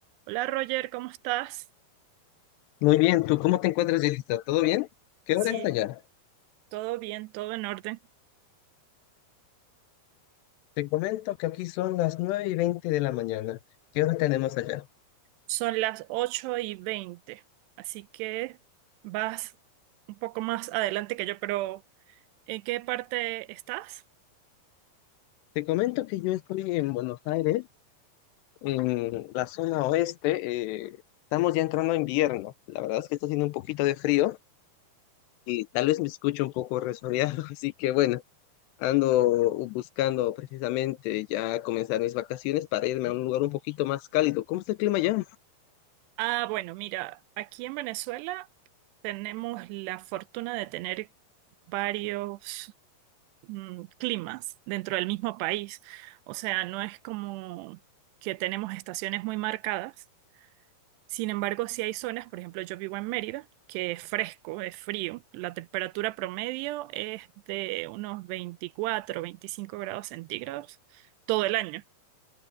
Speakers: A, on the right; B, on the left.
A: Hola Roger, ¿cómo estás?
B: Muy bien, ¿tú cómo te encuentras, Yelitza? ¿Todo bien? ¿Qué
A: Sí,
B: hora es allá?
A: todo bien, todo en orden.
B: Te comento que aquí son las 9 y 20 de la mañana. ¿Qué hora tenemos allá?
A: Son las 8 y 20, así que vas un poco más adelante que yo, pero ¿en qué parte estás?
B: Te comento que yo estoy en Buenos Aires, en la zona oeste. eh, estamos ya entrando a invierno. La verdad es que está haciendo un poquito de frío y tal vez me escucho un poco resfriado, <laughs> así que bueno, ando buscando precisamente ya comenzar mis vacaciones para irme a un lugar un poquito más cálido. ¿Cómo está el clima allá?
A: Ah, bueno, mira, aquí en Venezuela tenemos la fortuna de tener varios mm, climas dentro del mismo país. O sea, no es como que tenemos estaciones muy marcadas Sin embargo, si hay zonas, por ejemplo, yo vivo en Mérida, que es fresco, es frío. La temperatura promedio es de unos 24, 25 grados centígrados todo el año.